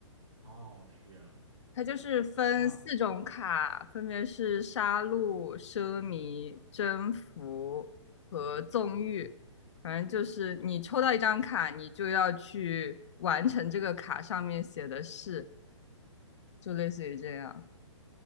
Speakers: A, on the right; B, on the left.
A: 哦，是这样的。
B: 它就是分四种卡，
A: 那
B: 分别是杀戮、奢靡、征服和纵欲。反正就是你抽到一张卡，你就要去完成这个卡上面写的事，就类似于这样。